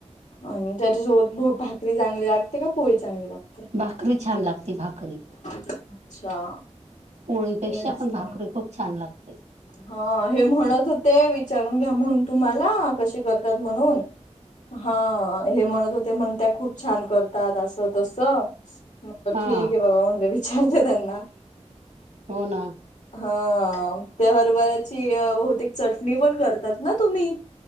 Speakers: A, on the left (about 80°); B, on the right (about 75°).
A: आणि त्याच्यासोबत भाकरी चांगली लागते का पोळी चांगली लागते.
B: भाकरी छान लागते भाकरी.
A: अच्छा.
B: पोळीपेक्षा
A: तेच
B: पण
A: ना
B: भाकरी खूप छान लागते.
A: हा हे म्हणत होते विचारून घ्या म्हणून तुम्हाला कशी करतात म्हणून. हा हे म्हणत होते म्हण त्या खूप छान करतात असं तस. मग
B: हा
A: ठीक आहे बाबा म्हटलं विचारते त्यांना.
B: हो ना.
A: हा ते हरभऱ्याची बहुतेक चटणी पण करतात ना तुम्ही.